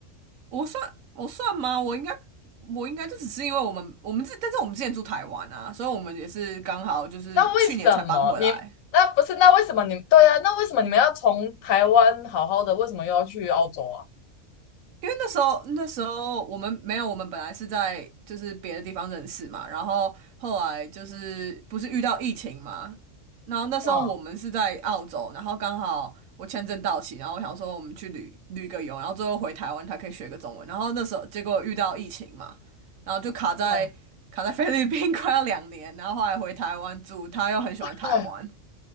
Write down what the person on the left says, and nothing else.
那为什么你那不是？那为什么你对啊？那为什么你们要从台湾好好的，为什么又要去澳洲啊？
嗯
嗯，
哎，啊